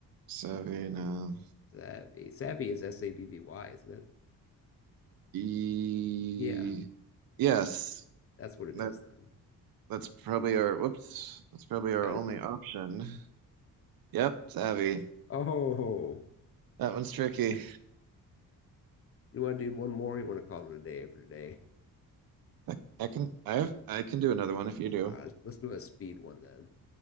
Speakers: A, on the right; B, on the left.
A: savvy, no.
B: Savvy. Savvy is S A V V Y, isn't it?
A: E
B: Yeah,
A: yes,
B: that's what it
A: that
B: is then.
A: that's probably our whoops. That's probably
B: It's
A: our
B: got
A: only
B: to be it.
A: option. Yep, it's Abby.
B: Oh
A: That one's tricky.
B: man. You want to do one more? Or you want to call it a day for today?
A: I, I can I've I can do another one if you do.
B: Uh, let's do a speed one then.